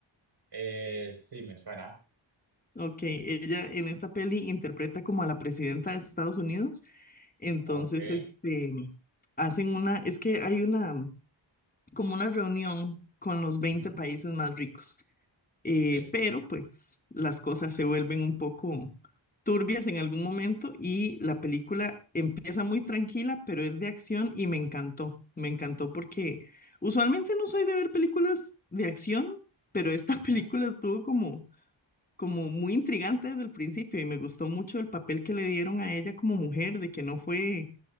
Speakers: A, on the right; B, on the left.
A: Eh, sí, me suena.
B: Ok, ella en esta peli interpreta como a la presidenta de Estados Unidos. Entonces,
A: Ok.
B: este, hacen una, es que hay una, como una reunión con los veinte
A: ujú,
B: países más ricos. Eh,
A: Sí.
B: pero pues las cosas se vuelven un poco turbias en algún momento y la película empieza muy tranquila, pero es de acción y me encantó. Me encantó porque usualmente no soy de ver películas de acción, pero esta
A: ujú.
B: <laughs> película estuvo como, como muy intrigante desde el principio y me gustó mucho el papel que le dieron a ella como mujer, de que no fue,